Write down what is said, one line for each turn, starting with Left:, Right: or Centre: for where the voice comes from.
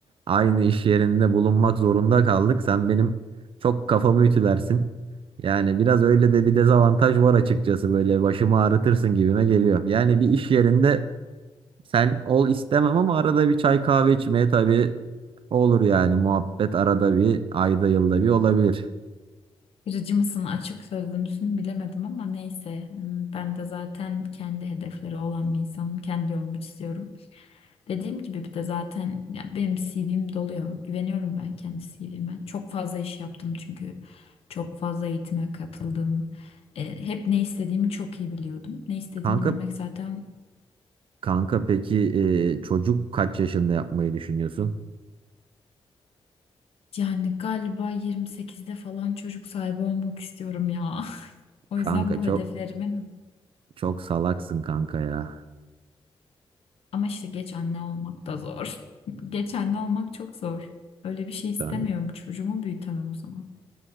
Right: aynı iş yerinde bulunmak zorunda kaldık. Sen benim çok kafamı ütülersin. Yani biraz öyle de bir dezavantaj var açıkçası. Böyle başımı ağrıtırsın gibime geliyor. Yani bir iş yerinde sen ol istemem ama arada bir çay kahve içmeye tabii olur yani. Muhabbet arada bir ayda yılda bir olabilir.
Left: Kırıcı mısın, açık sözlü müsün bilemedim ama neyse. Hmm, Ben de zaten kendi hedefleri olan bir insanım. Kendi yolumu çiziyorum. Dediğim gibi bir de zaten ya benim CV'm dolu ya. Güveniyorum ben kendi CV'me. Çok fazla iş yaptım çünkü çok fazla eğitime katıldım. E, hep ne istediğimi çok iyi biliyordum. Ne istediğini
Right: Kanka
Left: bilmek zaten
Right: Kanka peki e, çocuk kaç yaşında yapmayı düşünüyorsun?
Left: yani galiba 28'de falan çocuk sahibi olmak istiyorum ya. <laughs> O
Right: Kanka
Left: yüzden bu
Right: çok
Left: hedeflerimin
Right: çok salaksın kanka ya.
Left: ama işte geç anne olmak da zor. <laughs> Geç anne olmak çok zor. Öyle bir şey istemiyorum.
Right: Kan-
Left: Çocuğumu büyütemem o zaman.